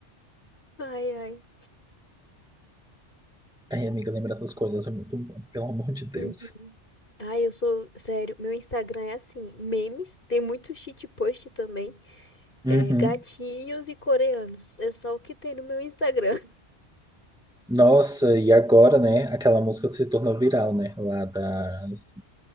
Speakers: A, on the left; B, in the centre.
A: Ai, ai.
B: <laughs> Ai, amiga, lembrar essas coisas é muito bom, pelo amor de Deus.
A: Uhum. Ai, eu sou. Sério, meu Instagram é assim: memes, tem muito cheat post também.
B: Uhum.
A: é, gatinhos e coreanos. É só o que tem no meu Instagram. <laughs>
B: Nossa, e agora, né? Aquela música se tornou viral, né? Lá das.